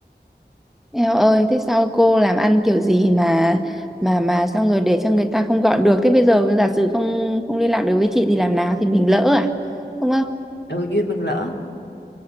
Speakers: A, in the centre; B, on the left (about 70°).
A: eo ơi thế sao cô làm ăn kiểu gì mà mà mà sao người để cho người ta không gọi được thế bây giờ giả sử không không liên lạc được với chị thì làm nào thì mình lỡ à đúng không
B: ừ duyên mình lỡ